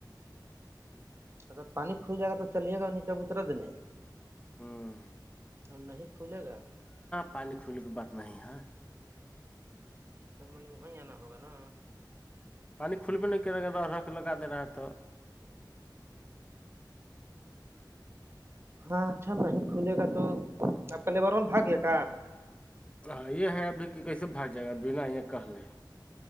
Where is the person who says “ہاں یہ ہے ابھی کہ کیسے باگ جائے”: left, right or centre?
Left